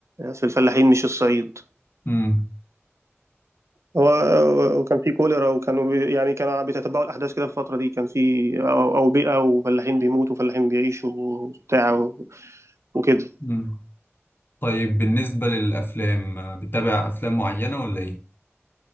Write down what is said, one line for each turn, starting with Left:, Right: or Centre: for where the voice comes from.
Right: في الفلاحين مش الصعيد
Left: امم
Right: هو وكان في كوليرا وكانوا بي يعني كانوا بيتتبعوا الأحداث كده في الفترة دي كان في أو- أوبئة وفلاحين بيموتوا وفلاحين بيعيشوا وبتاع و- وكده
Left: امم طيب بالنسبه للافلام بتتابع افلام معينه ولا ايه